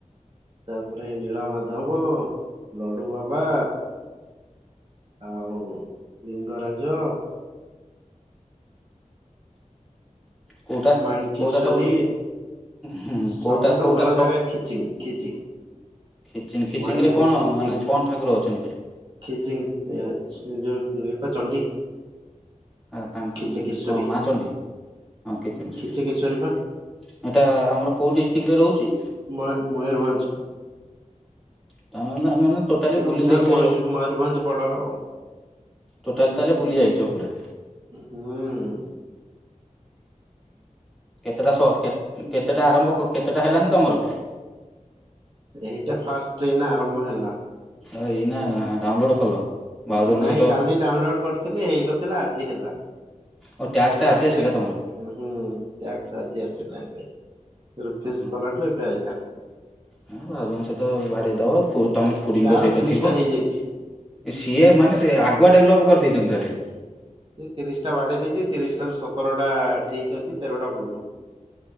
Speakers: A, on the right; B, in the centre.
A: ତାପରେ ନୀଳ ମାଧବ ଲଡୁ ବାବା ଆଉ ଲିଙ୍ଗରାଜ
B: କୋଉଟା
A: ମାଣିକେଶେଶଵରି
B: କୋଉଟା ସବୁଠୁ ହୁଁ
A: ସବୁଠୁ
B: କୋଉଟା କୋଉଟା
A: ଭଲ
B: ସବୁ
A: ଜାଗା ଖିଚିଂ ଖିଚିଂ
B: ଖିଚିଙ୍ଗ ଖିଚିଙ୍ଗରେ
A: ମୟୂରଭଞ୍ଜ
B: କଣ
A: ଖିଚିଂ
B: ମାନେ କଣ ଠାକୁର ଅଛନ୍ତି
A: ଖିଚିଂ ଯୋଉପ ଚଣ୍ଡୀ।
B: ଆଉ ତାଙ୍କ
A: ଖିଚକେଶ୍ଵରୀ
B: କଣ ମା ଚଣ୍ଡୀ ହଁ କେତ ଜିନିଷ
A: ଖିଚକେଶ୍ଵରୀ ପା
B: ଏଟା ଆମର କୋଉ ଡିଷ୍ଟ୍ରିକ୍ଟ ରେ ରହୁଛି?
A: ମୟୂରଭଞ୍ଜ।
B: ତା ମାନେ ଟୋଟାଲି
A: କେଉଁ
B: ବୁଲି
A: ଝର
B: ଦେଇଛ
A: ମୟୂଭଞ୍ଜ ବଢ଼ ର ଆଉ।
B: ଟୋଟାଲ ତାହେଲେ ବୁଲି ଯାଇଛ ପୁରା?
A: ହଁ।
B: କେତେଟା କେତେଟା ଆରମ୍ଭ କେତେଟା ହେଲାନି ତମର?
A: ଏଇଟା ଫାଷ୍ଟ ଟ୍ରେନ ଆରମ୍ଭ ହେଲା।
B: ହଉ ଏଇ ନା ଡାଉନଲୋଡ କଲ? ଭାଉଜଙ୍କ
A: ନାଇଁ
B: ସହିତ
A: କାଲି ଡାଉନଲୋଡ କରିଥିଲି, ହେଇନଥିଲା ଆଜି ହେଲା।
B: ଓ ଟ୍ୟାକ୍ସଟା
A: ରାତିରେ
B: ଆଜି ଆସିଲା ତମର
A: ହୁଁ ଟସ ସାଜି ଆସିଲା ଏବେ ରୁଫିସ୍
B: ଓହୋ
A: କଲାଠୁ ଏବେ ଆଇଗା।
B: ହଁ ବାାଉ ଜଙ୍କ ସହିତ ବାଡେଇ ଦବ। ତମ ଖୁରୀଙ୍କ
A: ତାର
B: ସହିତ
A: ତିରିଶ
B: ଥିବ।
A: ଟା ହେଇଯାଇଛି
B: ସିଏ ମାନେ ଆଗୁଆ ଡେଭଲପ୍ କରିଦେଇଛନ୍ତି ତାହେଲେ।
A: ସେ ତିରିଶ ଟା ବାଡେଇ ଦେଇଛି ତିରିଶଟା ରୁ ସତରଟା ଠିକ୍ ଅଛି ତେରଟା ଭୁଲୁ।